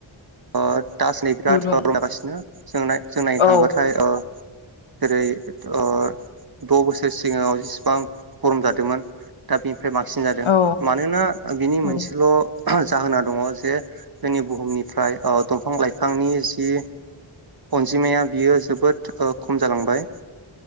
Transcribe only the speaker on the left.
गुदुं
औ
औ
औ